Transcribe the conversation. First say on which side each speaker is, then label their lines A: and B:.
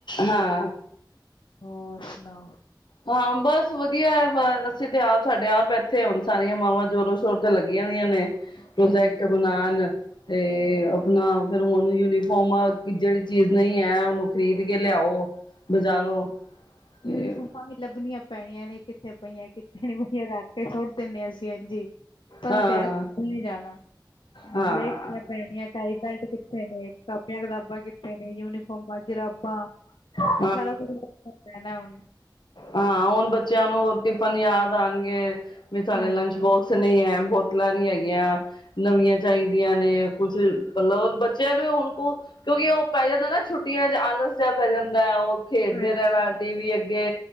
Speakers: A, on the left; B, on the left.
A: ਹਾਂ
B: ਹੋਰ ਸੁਣਾਓ?
A: ਹਾਂ, ਬੱਸ ਵਧੀਆ ਹੈ, ਅਸੀਂ ਤਾਂ ਆਪ ਸਾਡੇ ਆਪ ਇੱਥੇ ਹੁਣ ਸਾਰੀਆਂ ਮਾਵਾਂ ਜ਼ੋਰੋ ਸ਼ੋਰ ਤੇ ਲੱਗੀਆਂ ਹੋਈਆਂ ਨੇ। ਪ੍ਰੋਜੈਕਟ
B: ਕੀ ਹੋਰ
A: ਬਣਾਣ, ਤੇ ਆਪਣਾ ਫੇਰ ਈਰ ਉਹਨੂੰ ਯੂਨੀਫੋਮ ਜਿਹੜੀ ਚੀਜ਼ ਨਹੀਂ ਹੈ, ਉਹਨੂੰ ਖ਼ਰੀਦ ਕੇ ਲਿਆਓ ਬਜ਼ਾਰੋਂ? ਤੇ
B: ਯੂਨੀਫੋਮਾਂ ਹੀ ਲੱਭਣੀਆਂ ਪੈਣੀਆਂ। ਨੇ ਕਿੱਥੇ ਪਈਆਂ, ਕਿੱਥੇ ਨੀ ਪਈਆਂ ਰੱਖ ਕੇ ਸੁੱਟ ਦਿੰਦੇ ਹਾ ਇੰਜ ਈ। ਪਤਾ
A: ਹਾਂ
B: ਤੇ ਨਹੀਂ ਜਾਣਾ।
A: ਹਾਂ
B: ਵੇਖ ਪੈਣੀਆਂ ਟਾਈ ਬੈਲਟ ਕਿੱਥੇ ਨੇ, ਕਾਪੀਆਂ ਕਿਤਾਬਾਂ ਕਿੱਥੇ ਨੇ ਯੂਨੀਫੋਮਾਂ ਚ ਰੱਬਾਂ,
A: ਹ
B: ਸਾਰ ਹ
A: ਹਾਂ, ਹੁਣ ਬੱਚਿਆਂ ਨੂੰ ਟਿਫਨ ਯਾਦ ਆਣਗੇ। ਵਿਚ ਲੰਚ
B: ਹਾਂਜੀ
A: ਬੋਕਸ ਨਹੀਂ ਐ, ਬੋਤਲਾਂ ਨਹੀ ਹੈਗੀਆਂ, ਨਵੀਆਂ
B: ਹੂੰ
A: ਚਾਹੀਦੀਆਂ ਨੇ। ਕੁਛ ਮਤਲਬ ਬੱਚਿਆਂ ਨੂੰ ਹੁਣ, ਕਿਉਂਕਿ ਉਹ ਪੈ ਜਾਂਦਾ ਨਾ, ਛੁੱਟੀਆਂ ਚ ਆਲਸ ਜਿਹਾ ਪੈ ਜਾਂਦਾ ਹੈ, ਉਹ ਖੇਡਦੇ
B: ਹਾਂਜੀ
A: ਰਹਿਣਾ ਆਂ ਟੀ-ਵੀ ਅੱਗੇ,